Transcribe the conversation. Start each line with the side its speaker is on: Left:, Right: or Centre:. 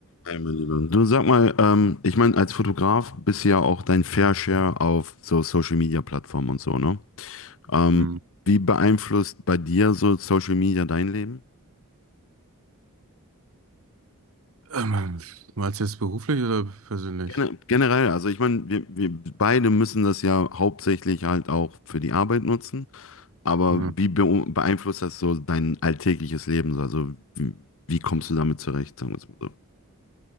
Left: Hey, mein Lieber. Du sag mal, ähm, ich meine, als Fotograf bist du ja auch dein Fair Share auf so Social Media Plattformen und so, ne? Ähm,
Right: Hm.
Left: wie beeinflusst bei dir so Social Media dein Leben?
Right: Ähm, meinst du jetzt beruflich oder persönlich?
Left: Gene- generell, also ich meine, wir, wir beide müssen das ja hauptsächlich halt auch für die Arbeit nutzen, aber
Right: Ja.
Left: wie beu- beeinflusst das so dein alltägliches Leben? Also wie, wie kommst du damit zurecht, sagen wir es mal